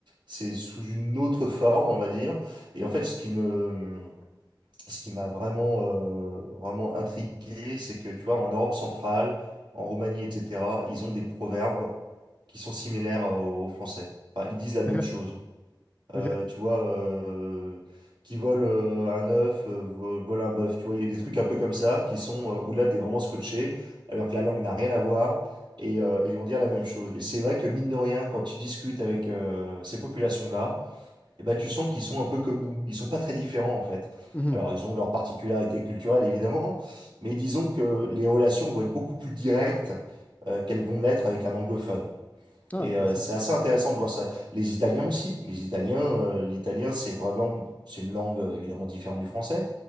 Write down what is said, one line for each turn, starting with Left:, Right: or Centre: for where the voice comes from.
Right: c'est sous une autre forme, on va dire. Et en fait, ce qui me, ce qui m'a vraiment, euh, vraiment intrigué, c'est que, tu vois, en Europe centrale, en Roumanie, etc., ils ont des proverbes qui sont similaires, euh, aux Français. Enfin, ils disent la même
Left: ok,
Right: chose
Left: ok,
Right: euh, tu vois, euh, qui vole euh, un œuf, euh, vo- vole un bœuf. Tu vois, il y a des trucs un peu comme ça qui sont euh, où là, t'es vraiment scotché, alors que la langue n'a rien à voir. Et, euh, ils vont dire la même chose. Et c'est vrai que mine de rien, quand tu discutes avec euh, ces populations-là, eh ben, tu sens qu'ils sont un peu comme nous. Ils sont pas très différents en fait.
Left: Mhm.
Right: Alors ils ont leurs particularités culturelles évidemment, mais disons que les relations vont être beaucoup plus directes euh, qu'elles vont l'être avec un anglophone.
Left: Ah,
Right: Et
Left: intéressant.
Right: euh, c'est assez intéressant de voir ça. Les Italiens aussi. Les Italiens, euh, l'italien, c'est vraiment, c'est une langue euh, évidemment différente du français,